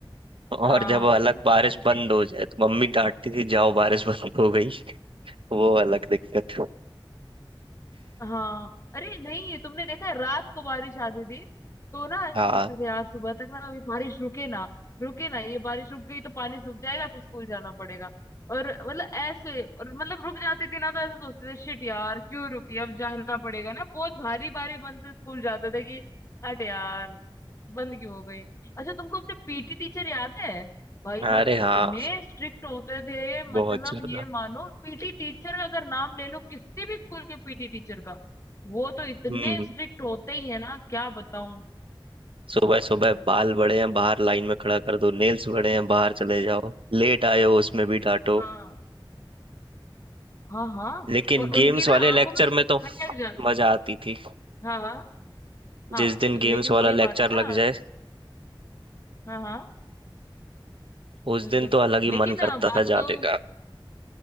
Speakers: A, on the right (about 80°); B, on the left (about 35°).
A: और
B: हाँ
A: जब अलग बारिश
B: <laughs>
A: बंद हो जाए तो मम्मी डांटती थी जाओ बारिश बंद हो गई वो अलग दिक्कत
B: हाँ अरे नहीं तुमने देखा है रात को बारिश आती थी तो ना ऐसा
A: हाँ
B: सोचते थे यार सुबह तक ना अभी बारिश रुके ना रुके ना ये बारिश रुक गई तो पानी सूख जाएगा फिर स्कूल जाना पड़ेगा और मतलब ऐसे और मतलब रुक जाती थी ना तो ऐसा सोचते थे शिट यार क्यों रुकी अब जाना पड़ेगा ना बहुत भारी भारी मन से स्कूल जाते थे कि हट यार बंद क्यों हो गई अच्छा तुमको अपने पीटी टीचर याद है भाई
A: अरे
B: वो कितने
A: हाँ
B: स्ट्रिक्ट होते थे मतलब
A: बहुत ज्यादा
B: ये मानो पीटी टीचर का अगर नाम ले लो किसी भी स्कूल के पीटी टीचर का वो तो इतने
A: हम्म
B: स्ट्रिक्ट होते ही है ना क्या बताऊं
A: सुबह सुबह बाल बड़े हैं बाहर लाइन में खड़ा कर दो नेल्स बड़े हैं बाहर चले जाओ लेट आए हो उसमें भी डांटो
B: हाँ हाँ हाँ
A: लेकिन
B: और
A: गेम्स
B: उनकी ना
A: वाले
B: आंखों
A: लेक्चर
B: में खटक
A: में तो
B: जा
A: मजा आती थी
B: हाँ हाँ हाँ
A: जिस दिन
B: लेकिन
A: गेम्स वाला
B: वही
A: लेक्चर
B: बात है ना
A: लग जाए
B: हाँ हाँ
A: उस
B: बिल्कुल
A: दिन तो अलग ही
B: लेकिन
A: मन करता
B: अ, बात
A: था जाने
B: तो
A: का